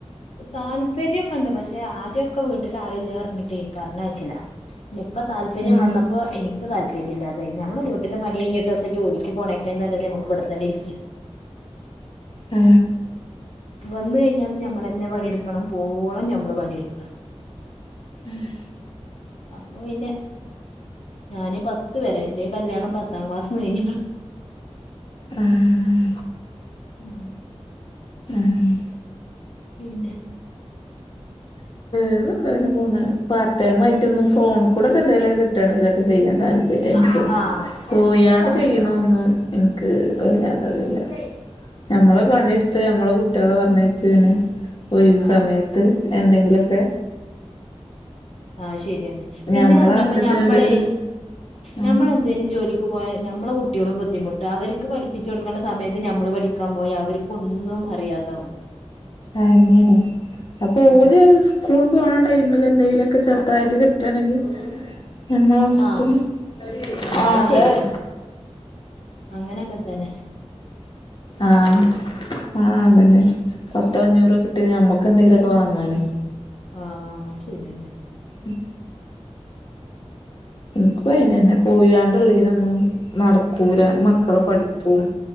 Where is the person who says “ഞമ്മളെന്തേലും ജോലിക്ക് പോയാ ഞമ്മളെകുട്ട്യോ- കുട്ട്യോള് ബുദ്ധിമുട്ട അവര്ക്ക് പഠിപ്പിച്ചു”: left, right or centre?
Left